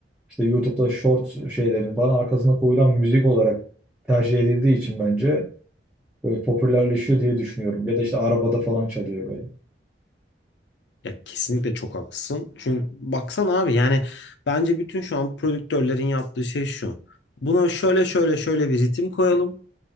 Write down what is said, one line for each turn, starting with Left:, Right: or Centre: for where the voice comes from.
Centre: işte YouTube'da short şeylerin falan arkasına koyulan müzik olarak tercih edildiği için bence böyle popülerleşiyor diye düşünüyorum. Ya da işte arabada falan çalıyor böyle.
Left: Ya kesinlikle çok haklısın. Çünkü baksana abi yani bence bütün şu an prodüktörlerin yaptığı şey şu. Buna şöyle şöyle şöyle bir ritim koyalım